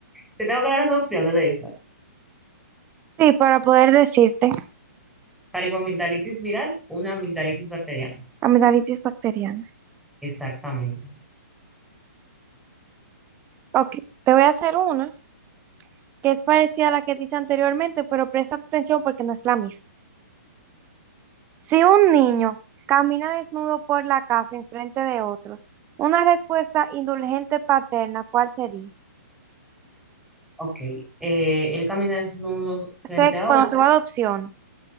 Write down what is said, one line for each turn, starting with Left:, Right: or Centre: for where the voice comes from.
Centre: Te tengo que dar las opciones de esa.
Right: Sí, para poder decirte
Centre: Faringoamigdalitis viral, una amigdalitis bacteriana.
Right: amigdalitis bacteriana.
Centre: Exactamente.
Right: Ok, te voy a hacer una que es parecida a la que dice anteriormente, pero presta atención porque no es la misma. Si un niño camina desnudo por la casa en frente de otros, una respuesta indulgente paterna, ¿cuál sería?
Centre: Ok. Eh, él camina desnudo frente
Right: Se,
Centre: a
Right: bueno,
Centre: otro.
Right: te voy a dar opciones.